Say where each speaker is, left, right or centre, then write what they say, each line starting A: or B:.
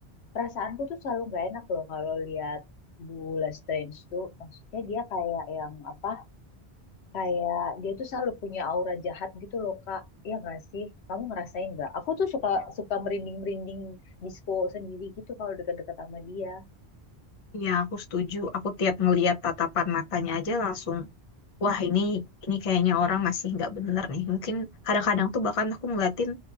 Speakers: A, on the left; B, on the left.
A: Perasaanku tuh selalu nggak enak loh kalau lihat Bule Strange tuh. Maksudnya dia kayak yang apa? Kayak dia tuh selalu punya aura jahat gitu loh Kak. Ya nggak sih? Kamu ngerasain nggak? Aku tuh suka suka merinding-merinding disco sendiri gitu kalau dekat-dekat sama dia.
B: Ya, aku setuju. Aku tiap ngeliat tatapan matanya aja langsung wah ini ini kayaknya orang masih nggak bener nih. Mungkin kadang-kadang tuh bahkan aku ngeliatin